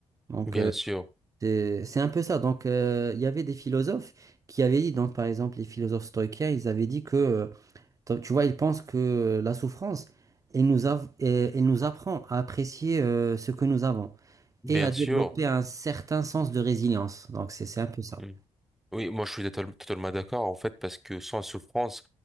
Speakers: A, on the right (about 30°); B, in the centre.
A: Donc,
B: bien
A: euh,
B: sûr,
A: c'est c'est un peu ça. Donc, euh, il y avait des philosophes qui avaient dit, donc, par exemple, les philosophes stoïciens, ils avaient dit que euh, donc, Tu vois, il pense que la souffrance, elle nous, av- euh, elle nous apprend à apprécier euh, ce que nous avons
B: bien
A: et à développer
B: sûr.
A: un certain sens de résilience. Donc, c'est c'est un peu ça.
B: Mhm. Oui, moi je suis total- totalement d'accord en fait parce que sans souffrance,